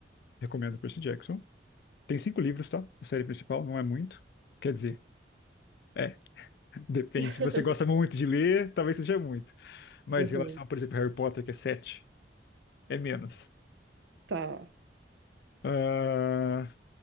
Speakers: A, on the left (about 60°); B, on the right (about 80°).
A: Recomendo Percy Jackson. Tem cinco livros, tá? A série principal não é muito. Quer dizer, é, <laughs> depende.
B: <laughs>
A: Se você gosta muito de ler, talvez seja muito. Mas
B: aham.
A: em relação, por exemplo, Harry Potter, que é sete, é menos.
B: Tá.
A: Ah,